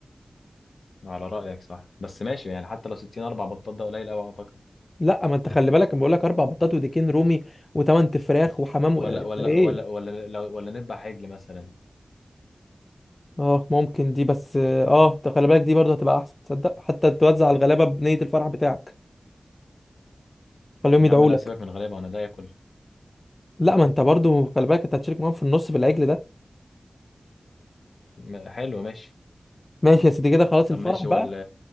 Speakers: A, on the left; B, on the left.
A: على رأيك صح بس ماشي يعني حتى لو 60 اربع بطات ده قليل قوي اعتقد
B: لا ما انت خلي بالك انا بقول لك اربع بطاط وديكين رومي وثمان فراخ وحمام
A: ولا
B: و...
A: ولا
B: ايه
A: ولا ولا لو ولا نذبح عجل مثلا
B: اه ممكن دي بس اه ده خلي بالك دي برضه هتبقى احسن تصدق حتى توزع الغلابه بنيه الفرح بتاعك خليهم
A: يا
B: يدعوا
A: عم لا
B: لك
A: سيبك من الغلابة وانا ده اكل
B: لا ما انت برضه خلي بالك انت هتشارك معاهم في النص في العجل ده
A: م- حلو ماشي
B: ماشي يا سيدي كده خلاص
A: طب
B: الفرح
A: ماشي
B: بقى
A: وال